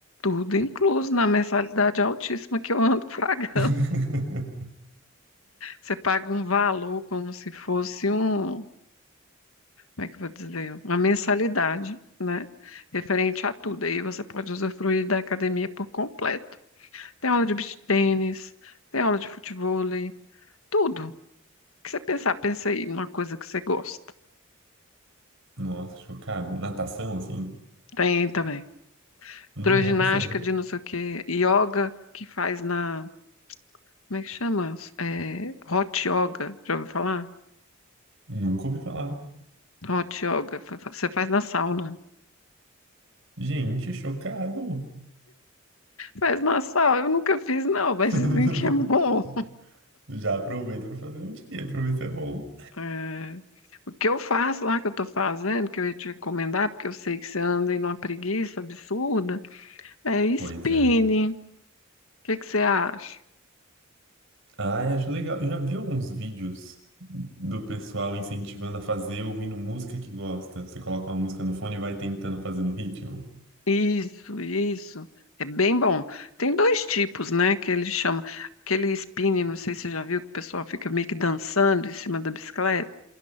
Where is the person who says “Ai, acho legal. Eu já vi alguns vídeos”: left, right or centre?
Right